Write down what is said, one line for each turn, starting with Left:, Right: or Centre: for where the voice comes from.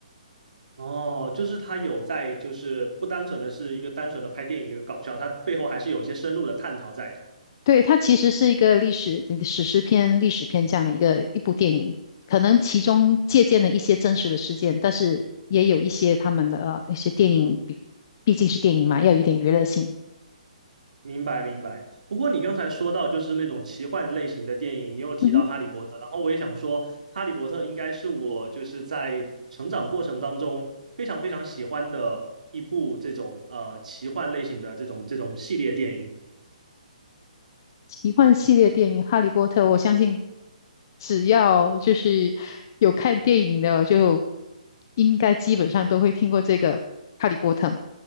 Right: 哦，就是它有在，就是不单纯的是一个单纯的拍电影的一个搞笑，它背后还是有一些深入的探讨在的。
Left: 对，它其实是一个历史史诗片、历史片这样的一个一部电影，可能其中借鉴了一些真实的事件，但是也有一些他们的呃一些电影，毕毕竟是电影嘛，要有一点娱乐性。
Right: 明白明白。不过你刚才说到就是那种奇幻类型的电影，你有提到《哈利波特》，
Left: 嗯哼。
Right: 然后我也想说，《哈利波特》应该是我就是在成长过程当中非常非常喜欢的一部这种呃奇幻类型的这种这种系列电影。
Left: 奇幻系列电影《哈利波特》，我相信只要就是有看电影的，就应该基本上都会听过这个《哈利波特》嘛。